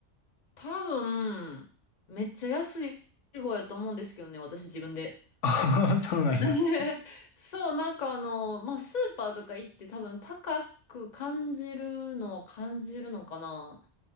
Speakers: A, on the left (about 40°); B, on the left (about 80°).
A: 多分、めっちゃ安い方やと思うんですけどね、私自分で。
B: <laughs> ああ、そうなんや。
A: <laughs> そう、なんかあの、まあ、スーパーとか行って多分高く感じるのは感じるのかな。